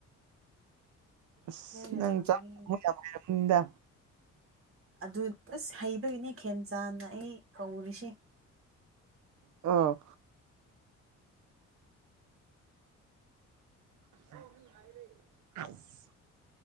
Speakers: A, on the right; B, on the right.
A: ꯑꯁ
B: ꯂꯣꯏꯅ
A: ꯅꯪ
B: ꯊꯝꯃꯦ
A: ꯆꯥꯛ ꯍꯥꯏꯔꯕꯔꯕꯅꯤꯗ
B: ꯑꯗꯨ ꯑꯁ ꯍꯩꯕꯒꯤꯅꯦ ꯈꯦꯝꯆꯥꯥꯟꯅ ꯑꯩ ꯀꯧꯔꯤꯁꯦ
A: ꯑ <inaudible>